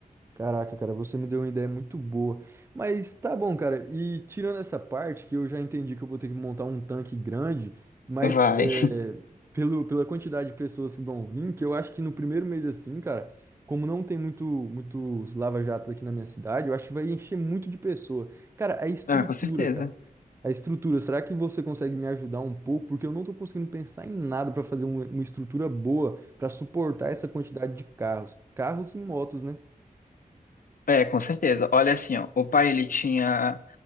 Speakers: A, on the right; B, on the left.
A: Caraca, cara, você me deu uma ideia muito boa. Mas tá bom, cara. E tirando essa parte, que eu já entendi que eu vou ter que montar um tanque grande, mas
B: Vai.
A: é,
B: <laughs>
A: pelo, pela quantidade de pessoas que vão vir, que eu acho que no primeiro mês assim, cara, como não tem muito, muitos lava-jatos aqui na minha cidade, eu acho que vai encher muito de pessoa. Cara, a estrutura,
B: Ah, com certeza.
A: cara. A estrutura, será que você consegue me ajudar um pouco? Porque eu não tô conseguindo pensar em nada pra fazer um- uma estrutura boa pra suportar essa quantidade de carros. Carros e motos, né?
B: É, com certeza. Olha assim, ó, o pai ele tinha